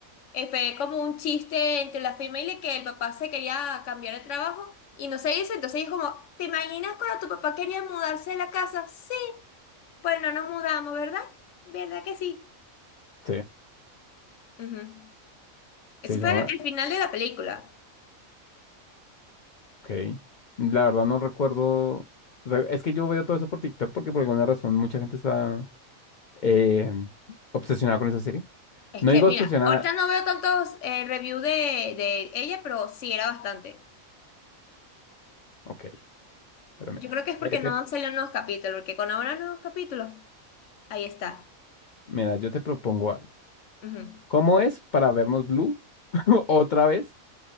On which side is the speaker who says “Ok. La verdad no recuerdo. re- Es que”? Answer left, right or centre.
Left